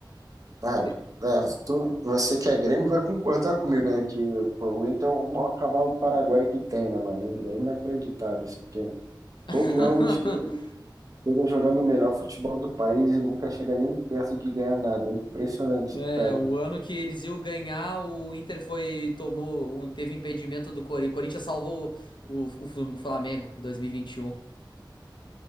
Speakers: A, on the right (about 45°); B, on the left (about 70°).
A: Sabe?
B: De-
A: É, tu- você que é Grêmio vai concordar comigo, né? Que pô, o Inter é o maior cavalo paraguaio que tem, né, mano? É inacreditável esse time. Todo
B: <laughs>
A: ano chega, chega jogando o melhor futebol do país e nunca chega nem perto de ganhar nada. É impressionante,
B: É,
A: cara.
B: o
A: né?
B: ano que eles iam ganhar, o Inter foi, tomou, um- teve impedimento do Corinthians. O Corinthians salvou o, o, Flu- o Flamengo em 2021.